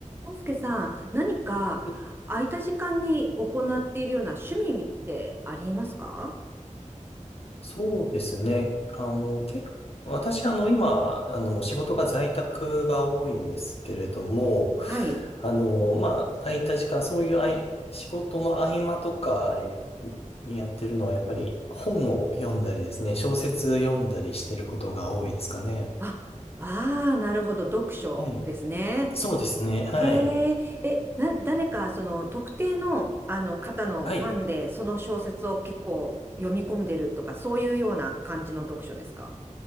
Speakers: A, on the right; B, on the left.
A: 康介さん、何か空いた時間に行っているような趣味ってありますか
B: はいそうですね。あの、結構、私、あの、今、あの、仕事が在宅が多いんですけれども、
A: はい。
B: あの、まあ、空いた時間、そういうあい、仕事の合間とかに、にやってるのは、やっぱり本を読んだりですね、小説読んだりしてることが多いですかね。
A: あ、ああ、なるほど。読書ですね。
B: はい。そうですね。はい。
A: へえ、え、な、誰か、その、特定の、あの、方のファンで、
B: はい。
A: その小説を結構読み込んでるとか、そういうような感じの読書ですか